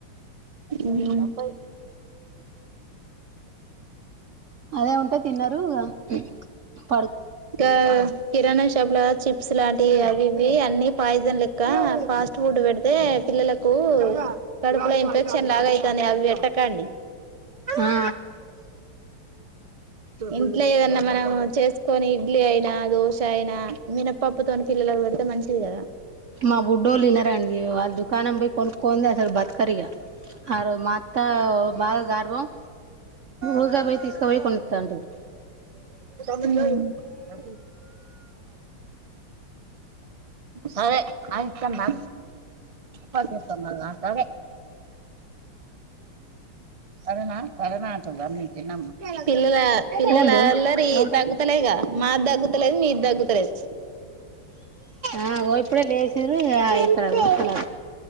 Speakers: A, on the right; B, on the right.
A: ఉహు
B: అదే ఉంటే తిన్నరు ఇగ అ
A: గ కిరణం షాపుల చిప్స్ లాంటివి అవి ఇవి అన్ని పాయిజన్ లెక్క ఫాస్ట్ ఫుడ్ పెడితే పిల్లలకు కడుపుల ఇన్ఫెక్షన్ లాగా అయి తంది అవే పేట్టకండి
B: ఆ ఆ
A: ఇంట్ల ఏదన్న మనం చేసి కొనీ ఇడ్లీ అయినా దోశ అయినా మినపప్పుతోని పిల్లలకు పెడితే మంచిది కదా
B: మా బుడ్డోళ్ళ వినరా అండి వాళ్ళ దుకాణం పోయి కొనుక్కోంది అసలు బతుకరిగా ఆ రోజు మా అత్తా బాగా గర్వం ఊగ పోయి తీసుకపోయి కొనిస్తాంటది
A: జాకీ సరే అయిస్త బా పదప్ప మక్కద అరేనా సరనాట అమ్క నమ్ పిల్ల పిల్లల
B: పోండి
A: అల్లరి
B: పో
A: తగ్గుతలేగా మాది తగ్గుతలేదు మీది తగ్గుతలేదు
B: ఆ ఓ ఇప్పుడే లే <unintelligible> ఉన్నా